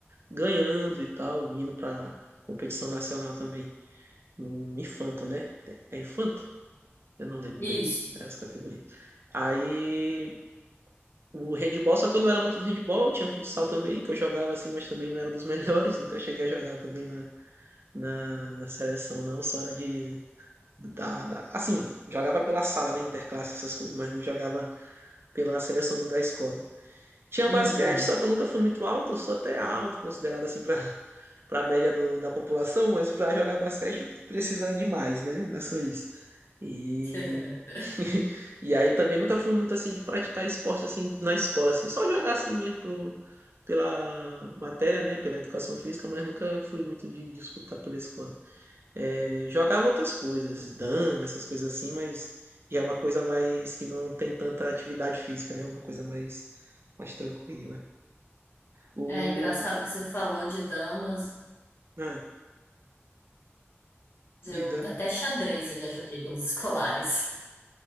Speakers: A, on the right; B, on the left.
A: ganhando e tal, indo pra competição nacional também. No infanto, né? É infanto? Eu não lembro
B: Isso.
A: bem as categorias. Aí o handball, só que eu não era muito do handball, tinha futsal também, que eu jogava assim, mas também não era dos <laughs> melhores, nunca cheguei a jogar também na, na, na seleção, não, só era de. Da, da- assim, jogava pela sala, né? Interclasse, essas coisas, mas não jogava pela seleção do- da escola. Tinha
B: Uhum.
A: um basquete, só que eu nunca fui muito alto, eu sou até alto, considerado assim pra, <laughs> pra média do- da população, mas pra jogar basquete precisa de mais, né? Não é só isso. E
B: <laughs>
A: <laughs> E aí também nunca fui muito assim de praticar esporte assim na escola, assim, só jogar assim mesmo pro- pela matéria, né, pela educação física, mas nunca fui muito de disputar pela escola. É, jogava outras coisas, dama, essas coisas assim, mas já é uma coisa mais que não tem tanta atividade física, né, é uma coisa mais, mais tranquila. O...
B: É engraçado que você falou de damas,
A: Ah,
B: eu
A: de dama,
B: até xadrez eu já joguei pelos escolares.